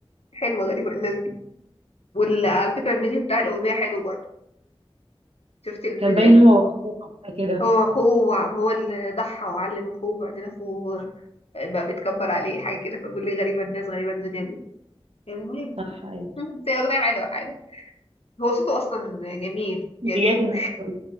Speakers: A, on the left (about 80°); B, on the right (about 80°).
A: حلوة غريبة الناس دي وعلى فكرة الفيديو بتاع الأغنية حلو برضه شفتي الفيديو
B: كان باين هو واخوه أو حاجة كده
A: هو أخوه هو اللي ضحى وعلم أخوه بعدين أخوه بقى بيتكبر عليه حاجة كده فبيقول لي غريبة الناس غريبة الدنيا دي المهم
B: صح ايوه
A: <laughs> بس هي أغنية حلوة عادي هو صوته أصلا جميل
B: دي
A: جميل
B: جايه في المأساوية